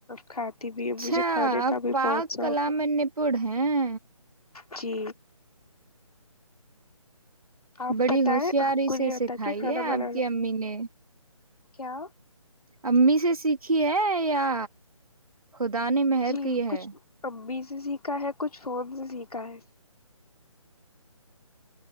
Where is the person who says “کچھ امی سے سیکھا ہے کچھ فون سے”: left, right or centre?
Left